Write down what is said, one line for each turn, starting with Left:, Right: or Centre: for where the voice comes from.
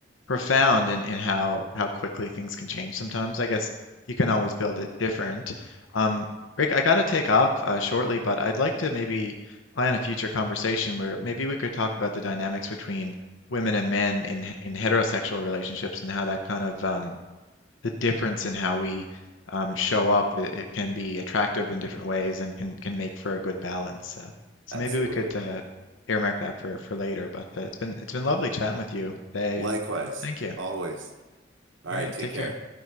Left: profound in, in how how quickly things can change sometimes. I guess you can always build it different. Um, Rick, I gotta take off uh, shortly, but I'd like to maybe plan a future conversation where maybe we could talk about the dynamics between women and men in in heterosexual relationships and how that kind of um the difference in how we um, show up, it, it can be attractive in different ways and can can make for a good balance. Uh, so
Right: Absolutely.
Left: maybe we could uh, earmark that for for later. But uh, it's been it's been lovely chatting with you today,
Right: Likewise,
Left: and thank you.
Right: always. All
Left: All
Right: right,
Left: right,
Right: take
Left: take
Right: care.
Left: care.